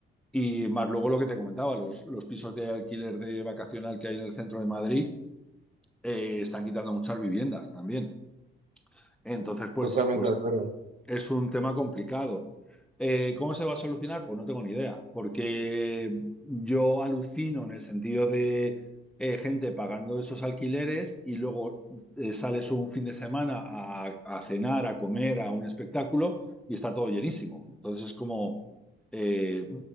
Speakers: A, in the centre; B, on the right (about 40°).
A: Y más luego lo que te comentaba, los, los, pisos de alquiler de vacacional que hay en el centro de Madrid, eh, están quitando muchas viviendas también. Entonces, pues,
B: Totalmente
A: pues
B: de acuerdo.
A: es un tema complicado. Eh, ¿Cómo se va a solucionar? Pues no tengo ni idea, porque yo alucino en el sentido de eh, gente pagando esos alquileres y luego eh, sales un fin de semana a, a, cenar, a comer, a un espectáculo y está todo llenísimo. Entonces es como, eh,